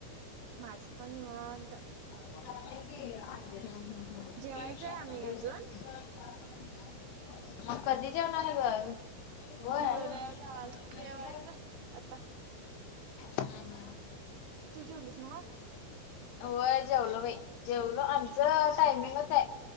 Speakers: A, on the right; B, on the left.
A: माझं पण निवांत
B: हं हं मग
A: जेवायचंय आम्ही अजून
B: कधी जेवणार आहे ग होय.
A: हो वेळ झा
B: हम्म
A: जेवायचं आता
B: हम्
A: तू जेवलीस नव्ह
B: हम व्हय जेवलो बाई जेवलो आमचं टायमिंग आहे